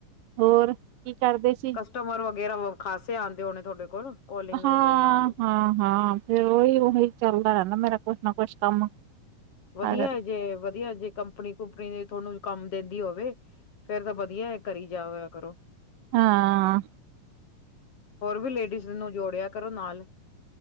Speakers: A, on the right; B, on the left.
A: ਹੋਰ, ਕੀ ਕਰਦੇ ਸੀ।
B: ਟਮਰ ਵਗੈਰਾ ਖਾਸੇ ਆਉਂਦੇ ਹੋਣੇ ਤੁਹਾਡੇ ਕੋਲ ਕੋਲਿੰਗ
A: ਹਾਂ
B: ਵਗੈਰਾ ਆਉਂਦੀ
A: ਹਾਂ ਹਾਂ ਫੇਰ ੳਈ, ੳਹੀ ਚੱਲਦਾ ਰੈਂਦਾ ਮੇਰਾ ਕੁਛ ਨਾ ਕੁਛ। ਕੰਮ ਤਾਂ
B: ਵਧੀਆ
A: ਕਰਕੇ
B: ਜੇ, ਵਧੀਆ ਜੇ ਕੰਪਨੀ ਕੰਪਨੀ ਜੇ ਤਾਨੂੰ ਕੰਮ ਦੇਂਦੀ ਹੋਵੇ ਫੇਰ ਤਾਂ ਵਧੀਆ ਕਰੀ ਜਾਵੇ ੳ ਕਰੋ।
A: ਹਾਂ
B: ਹੋਰ ਵੀ ਲੇਡੀਜ ਨੂੰ ਜੋੜੇਆ ਕਰੋ ਨਾਲ।